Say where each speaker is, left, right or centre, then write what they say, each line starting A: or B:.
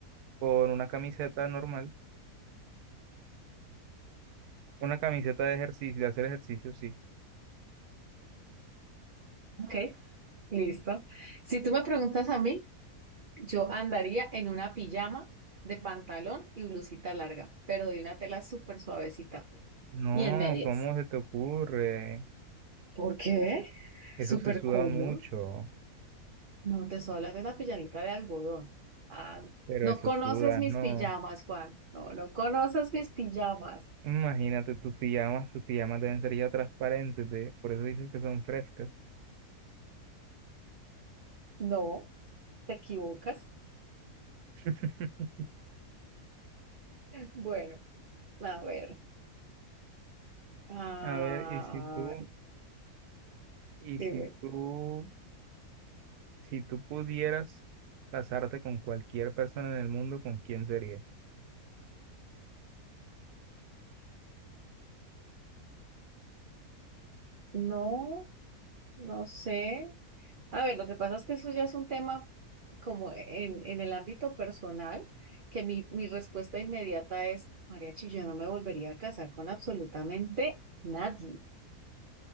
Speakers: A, on the right; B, on the right.
A: con una camiseta normal, una camiseta de ejercicio, de hacer ejercicio, sí.
B: Ok, listo. Si tú me preguntas a mí, yo andaría en una pijama de pantalón y blusita larga, pero de una tela súper suavecita
A: No,
B: y en medias.
A: ¿cómo se te ocurre?
B: ¿Por qué?
A: Eso
B: Súper
A: se suda
B: cómodo.
A: mucho,
B: No, te estoy hablando de una pijamita de algodón. Ah,
A: pero
B: no
A: eso
B: conoces
A: sudas,
B: mis
A: no.
B: pijamas, Juan. No, no conoces mis pijamas.
A: Imagínate tus pijamas, tus pijamas deben ser ya transparentes, de- por eso dices que son frescas.
B: No, te equivocas.
A: <laughs>
B: Bueno, a ver. Ah,
A: A ver, y si tú, y
B: dime.
A: si tú, si tú pudieras casarte con cualquier persona en el mundo, ¿con quién sería?
B: No. No sé. A ver, lo que pasa es que eso ya es un tema como en, en el ámbito personal, que mi, mi respuesta inmediata es, mariachi, yo no me volvería a casar con absolutamente nadie.